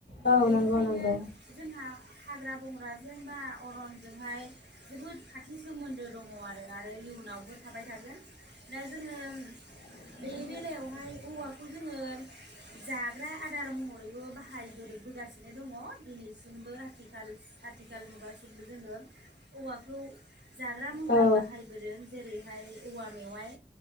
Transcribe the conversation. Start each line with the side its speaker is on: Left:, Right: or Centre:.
Left: औ
Right: बेनिखायनो
Left: नंगौ नंगौ
Right: जोंहा हाग्रा बंग्राजों बा अरनजोंहाय जोबोद खाथि सोमोन्दो दङ आरो आरो इयुनावबो थाबाय थागोन। दा जोङो
Left: <unintelligible>
Right: बे बेलायावहाय औवाखौ जोङो जाग्रा आदार महरैबो बाहायबोदों बोगासिनो दङ दिनैसिमबो आथिखाल आथिखाल मुगासिमबो जोङो। औवाखौ जाग्रा महरै
Left: औ
Right: बाहायबोदों जेरैहाय औवा मेवाइ